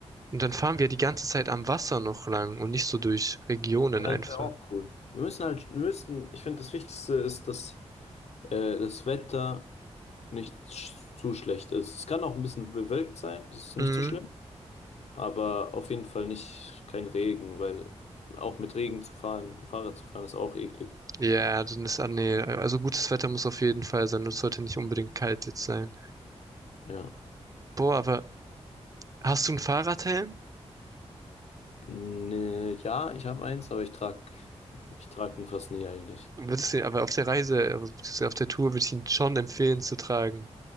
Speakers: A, on the right (about 30°); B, on the left (about 70°).
A: und dann fahren wir die ganze Zeit am Wasser noch lang und nicht so durch Regionen
B: Ja,
A: einfach.
B: das wäre auch cool. Wir müssen halt, wir müssen, ich finde, das Wichtigste ist, dass äh, das Wetter nicht sch- zu schlecht ist. Es kann auch ein bisschen bewölkt sein, das ist nicht
A: Mm.
B: so schlimm, aber auf jeden Fall nicht kein Regen, weil auch mit Regen zu fahren, Fahrrad zu fahren, ist auch eklig.
A: Ja, dann ist, ah, nee, also gutes Wetter muss auf jeden Fall sein und es sollte nicht unbedingt kalt jetzt sein.
B: Ja.
A: Boah, aber hast du einen Fahrradhelm?
B: Nee, ja, ich habe eins, aber ich trag, ich trag den fast nie eigentlich.
A: Würdest du, aber auf der Reise, also beziehungsweise auf der Tour würde ich ihn schon empfehlen zu tragen.